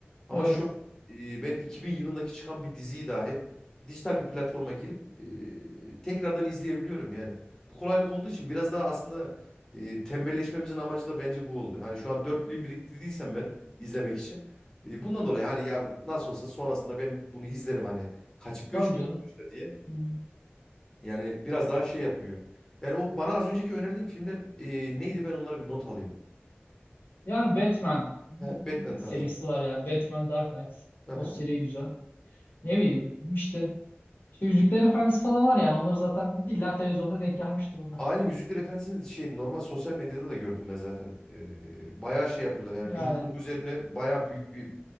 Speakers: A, on the left; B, on the left.
A: Ama
B: Evet.
A: şu an e, ben 2000 yılındaki çıkan bir diziyi dahi dijital bir platforma girip e, tekrardan izleyebiliyorum yani. Bu kolaylık olduğu için biraz daha aslında e, tembelleşmemizin amacı da bence bu oldu. Hani şu an 4 bölüm biriktirdiysem ben izlemek için. e, bundan dolayı hani ya nasıl olsa sonrasında ben bunu izlerim hani. Kaçıp göçmüyor
B: Tabii canım.
A: sonuçta diye.
B: Hmm.
A: Yani biraz daha şey yapıyor. Yani o bana az önceki önerdiğim filmler e, neydi ben onlara bir not alayım.
B: Yani Batman
A: He, Batman
B: serisi
A: tarzı.
B: var yani. Batman Dark Knight.
A: Aha.
B: O seri güzel. Ne bileyim işte. İşte Yüzüklerin Efendisi falan var yani. Onları zaten illa televizyonda denk gelmiştir onlar.
A: Aynen Yüzükler Efendisi'nin şey normal sosyal medyada da gördüm ben zaten. E, bayağı şey yapıyorlar yani
B: Yani
A: bilim kurgu üzerine bayağı büyük bir